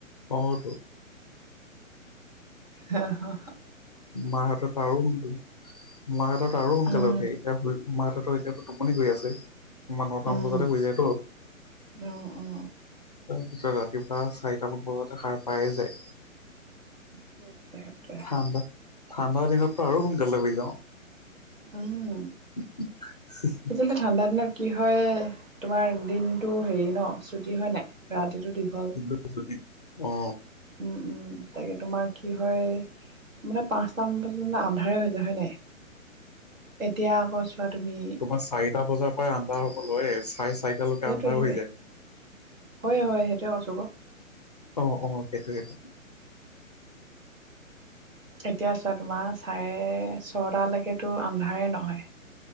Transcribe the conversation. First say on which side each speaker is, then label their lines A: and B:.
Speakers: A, on the left (about 30°); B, on the right (about 70°).
A: অ তো
B: হা হা
A: মাহতেতো আৰু সোনকালে মাহতেতো আৰু সোনকালে
B: উম,
A: উঠে এতিয়া শুই। মাহঁতৰতো এতিয়াতো টোপনি গৈ আছে। কিমান নটামান
B: উম,
A: বজাতে শুই যায় ত।
B: অ', অ',
A: তাৰপিছত ৰাতিপুৱা চাৰিটামান বজাতে সাৰ পাই যায়।
B: সেইটোৱে সেইটোৱে
A: ঠাণ্ডা ঠাণ্ডা দিনতটো আৰু সোনকালে শুই যাওঁ।
B: উম।
A: <unintelligible>
B: আচলতে ঠাণ্ডা দিনত কি হয় তোমাৰ দিনতটো হেৰি ন চুটি হয় নাই। ৰাতিটো দীঘল।
A: <unintelligible> অ
B: উম উম তাকে তোমাৰ কি হয় মানে পাঁচটা মান বজাত মানে আন্ধাৰে হৈ যায় হয় নাই? এতিয়া আকৌ চোৱা তুমি।
A: আমাৰ চাৰিটা বজা, আন্ধাৰ হব হয়ে চাৰে চাৰিটালৈকে
B: সেইটোৱে
A: আন্ধাৰ
B: সেইটোৱে
A: হৈ যায়।
B: হয় হয় সেইটোৱে কৈছোঁ ক
A: অ অ সেইটোৱে।
B: এতিয়া চোৱা তোমাৰ চাৰে ছটালৈকেতো আন্ধাৰেই নহয়।